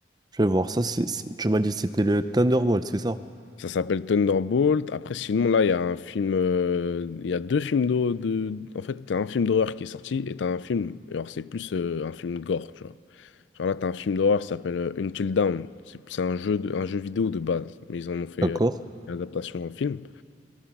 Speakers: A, on the right; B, on the left.
A: je vais voir ça. C'est- c'est- Tu m'as dit que c'était le Thunderbolt, c'est ça?
B: Ça s'appelle Thunderbolt. Après, sinon, là, il y a un film. euh, Il y a deux films d'hor- de. En fait, t'as un film d'horreur qui est sorti et t'as un film. Alors, c'est plus euh, un film gore, tu vois. Genre là, t'as un film d'horreur qui s'appelle euh, Until Dawn. C'est c'est un jeu, de- un jeu vidéo de base, mais ils en ont fait
A: D'accord?
B: euh, une adaptation en film.